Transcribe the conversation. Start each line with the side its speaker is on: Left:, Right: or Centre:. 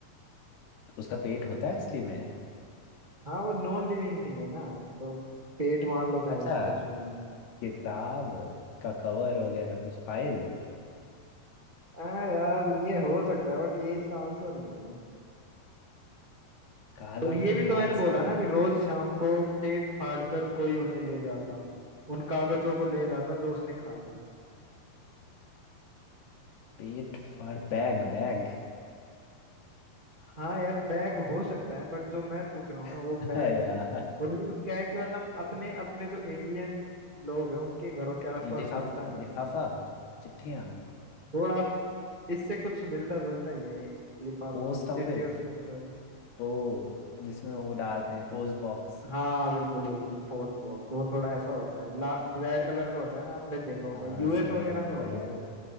Left: उसका पेट होता है असली में
Right: हाँ वो नॉन लिविंग थिंग है ना तो पेट मान लो चाहे
Left: अच्छा
Right: उसे कुछ भी मान लो
Left: किताब का कवर वगैरह कुछ फाइल
Right: हाँ यार ये हो सकता है बट ये इसका आंसर नहीं है
Left: काला
Right: और ये
Left: मुंह
Right: भी
Left: लाल
Right: तो मैंने बोला
Left: सैनी
Right: ना कि रोज शाम को पेट फाड़ कर कोई उन्हें ले जाता उन कागजों को ले जाता जो उसने खा लिए
Left: पेट फाड़ बैग बैग
Right: हाँ यार बैग हो सकता है बट जो मैं पूछ रहा हूँ ना वो
Left: <laughs>
Right: बैग
Left: यार
Right: नहीं है और वो क्या है कि मतलब अपने अपने जो इंडियन लोग हैं उनके घरों के आसपास
Left: लिफाफा
Right: मिलता नहीं
Left: लिफाफा
Right: है
Left: चिट्ठियाँ
Right: थोड़ा आप इससे कुछ मिलता जुलता ही है लिफाफों
Left: पोस्ट ऑफिस
Right: चिट्ठियों से मिलता हो
Left: पो जिसमें वो डालते हैं पोस्ट बॉक्स
Right: हाँ बिल्कुल बिल्कुल फोर्थ फोक्स वो थोड़ा ऐसा होता है ला रेड कलर का होता है ना आपने देखा होगा
Left: हाँ
Right: यूएस
Left: सॉरी
Right: वगैरह
Left: भाई
Right: में होता
Left: बढ़िया
Right: है वो